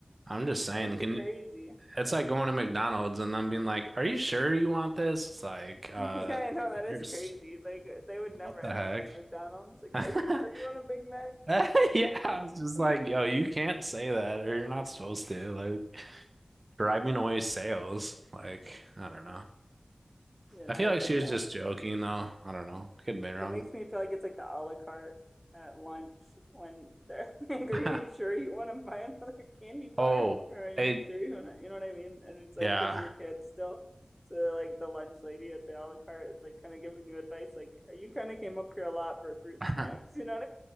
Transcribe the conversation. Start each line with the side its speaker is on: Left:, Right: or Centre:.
Right: I'm just saying.
Centre: Actually
Right: Can
Centre: crazy.
Right: you, it's like going to McDonald's and them being like, "Are you sure you want this?" It's like,
Centre: <laughs>
Right: uh,
Centre: Yeah, I know that is
Right: there's
Centre: crazy. Like they would never
Right: what
Centre: ask
Right: the heck?
Centre: that at McDonald's. Like,
Right: <laughs>
Centre: are you sure you want a Big Mac?
Right: <laughs> Yeah, I was just
Centre: <laughs>
Right: like, "Yo, you can't say that, or you're not supposed to." Like driving away sales. Like I don't know.
Centre: You know,
Right: I feel
Centre: I
Right: like
Centre: get
Right: she was
Centre: that.
Right: just joking, though. I don't know. Could be wrong.
Centre: That makes me feel like it's like the a la carte at lunch when they're <laughs> like, are
Right: <laughs>
Centre: you sure you want to buy another candy bar?
Right: Oh,
Centre: Or are you
Right: it,
Centre: sure you want to, you know what I mean? And it's like,
Right: yeah,
Centre: because you're a kid still. So like the lunch lady at the a la carte is like kind of giving you advice, like you kind of came up here a lot for fruit
Right: <laughs>
Centre: snacks. You know